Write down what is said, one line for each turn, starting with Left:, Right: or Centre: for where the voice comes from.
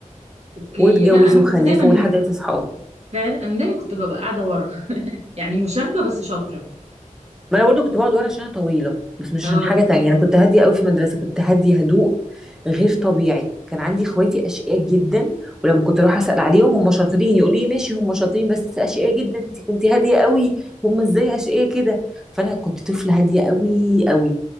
Right: اوكي
Centre: واتجوزوا
Right: لا انا كنت
Centre: وخلفوا
Right: دايما
Centre: لحد دلوقتي صحاب
Right: فعلا انا دايما كنت ببقى قاعده ورا <laughs> يعني مشاغبه بس شاطره
Centre: ما انا برضو كنت بقعد ورا عشان انا طويله بس مش
Right: اه
Centre: عشان حاجه تانية انا كنت هاديه قوي في المدرسه كنت هاديه هدوء غير طبيعي كان عندي اخواتي اشقياء جدا ولما كنت اروح اسال عليهم هم شاطرين يقولوا لي ماشي هم شاطرين بس اشقياء جدا انت كنت هاديه قوي هم ازاي اشقياء كده فانا كنت طفله هاديه قوي قوي